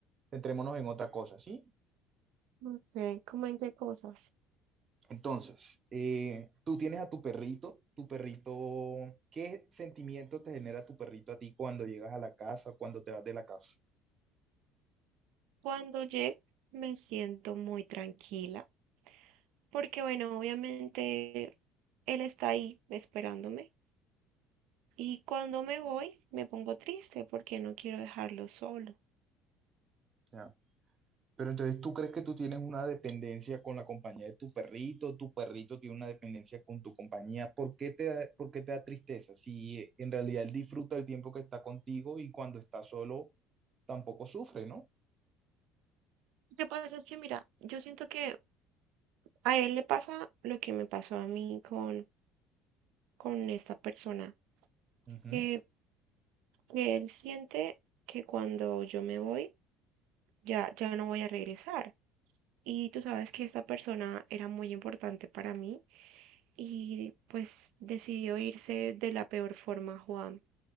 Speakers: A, on the right; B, on the right.
A: Centrémonos en otra cosa, ¿sí?
B: No sé, ¿cómo en qué cosas?
A: Entonces, eh, tú tienes a tu perrito, tu perrito, ¿qué sentimiento te genera tu perrito a ti cuando llegas a la casa, cuando te vas de la casa?
B: Cuando llego me siento muy tranquila, porque bueno, obviamente él está ahí esperándome. Y cuando me voy, me pongo triste porque no quiero dejarlo solo.
A: Ya. Pero entonces, ¿tú crees que tú tienes una dependencia con la compañía de tu perrito? ¿Tu perrito tiene una dependencia con tu compañía? ¿Por qué te da, por qué te da tristeza? Si eh, en realidad él disfruta el tiempo que está contigo y cuando está solo tampoco sufre, ¿no?
B: Lo que pasa es que, mira, yo siento que A él le pasa lo que me pasó a mí con, con esta persona,
A: Ujú,
B: que, que él siente que cuando yo me voy, ya, ya no voy a regresar. Y tú sabes que esta persona era muy importante para mí y pues decidió irse de la peor forma, Juan.